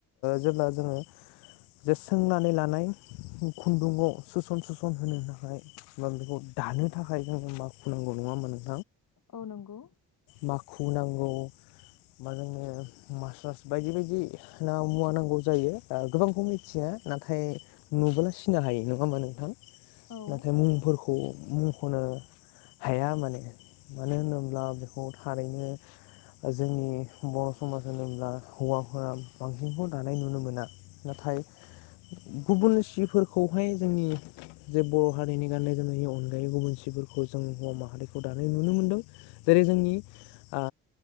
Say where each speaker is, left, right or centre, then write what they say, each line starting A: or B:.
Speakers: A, on the left; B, on the left.
A: जेब्ला जोङो जे सोंनानै लानाय खुन्दुंखौ सोसन सोसन होनो थाखाय बा बेखौ दानो थाखाय जों माखु नांगौ नङा होनबा नोंथां
B: औ नंगौ
A: माखु नांगौ मा जोंनो मासारस बायदि बायदि ना मुवा नांगौ जायो गोबांखौ मिथिया नाथाय नुबोला सिनो हायो नङा होमबा नोंथां
B: औ
A: नाथाय मुंफोरखौ होननो हाया माने मानो होनोब्ला बेखौ थारैनो जोंनि बर' समाज होनोब्ला हौवाफोरा बांसिनखौ दानाय नुनो मोना नाथाय थाय गुबुन सिफोरखौहाय जोंनि जे बर' हारिनि गाननाय जोमनायनि अनगायै गुबुन सि फोरखौ जों हौवा माहारिखौ दानाय नुनो मोनदों जेरै जोंनि ओ